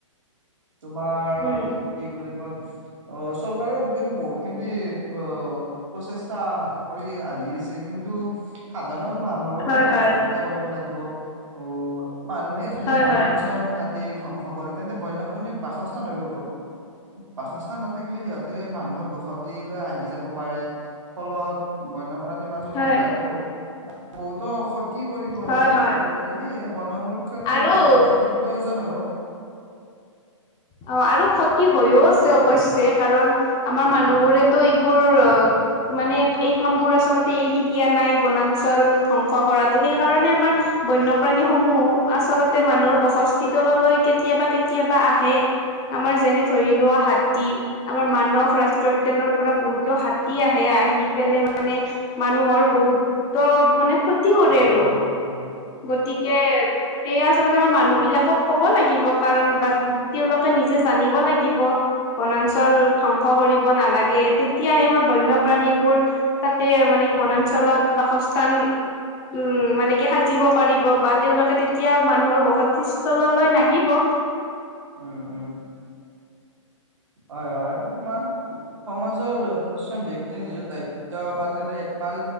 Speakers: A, on the right; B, on the left.
A: তোমাৰ
B: উম
A: কি বুলি কয়, অ' চৰকাৰেও কিন্তু বহুত খিনি অ' প্ৰচেষ্টা কৰি আহি আছে, কিন্তু সাধাৰণ মা
B: হয়
A: সহযোগিতা
B: হয়
A: কৰিব লাগিব, অ' মানুহে যদি
B: হয়
A: বনাঞ্চন
B: হয়
A: কাটি ধ্বংস কৰে, তেন্তে বন্যপ্ৰাণী বাসস্থান আৰু বাসস্থান নথাকিলে সিহঁতে মানুহৰ বসত তিলৈ আহি যাব পাৰে, ফলত বন্য মমাজত
B: হয়
A: সংঘাত হ'ব, বহুতো ক্ষতি কৰিব আৰু,
B: হয় হয়
A: আৰু সেয়ে বন সংৰক্ষণটো
B: আৰু
A: বহুত, অতি প্ৰয়োজন আৰু।
B: অ', আৰু ক্ষতি হৈও আছে, অৱশ্যে কাৰণ আমাৰ মানুহবোৰেতো এইবোৰ অ' মানে, এই কামবোৰ আচলতে এৰি দিয়া নাই, বনাঞ্চল ধ্বংস কৰাতো, সেই কাৰণে আমাৰ বন্যপ্ৰাণী সমূহ, আচলতে মানুহৰ বসস্থি তললৈ কেতিয়াবা, কেতিয়াবা আহে। আমাৰ যেনে ধৰি লোৱা, হাতী। আমাৰ মানস ৰাষ্ট্ৰীয় উদ্যানৰ পৰা বহুতো হাতী আহে, আহি পেলাই মানে মানুহৰ বহুতো মানে খ তি কৰে
A: উম
B: আৰু,
A: উম হয়
B: গতিকে সেয়া আচলতে আমাৰ মানুহ বিলাকক ক'ব লাগিব। কাৰণ বা তেওঁলোকে নিজে জানিব লাগিব। বনাঞ্চল ধ্বংস কৰিব নালাগে, তেতিয়াহে আমাৰ বন্যপ্ৰাণীবোৰ তাতে মানে কি, বনাঞ্চলত বাসস্থান উম, মানে কি সাজিব পাৰিব বা তেওঁলোকে তেতিয়া মানুহৰ বসতি স্থললৈ নাহিব।
A: উম উম। হয় হয়, তোমাৰ সমাজৰ প্ৰতিজন ব্যক্তি নিজৰ দায়িত্ব পালিলে পাল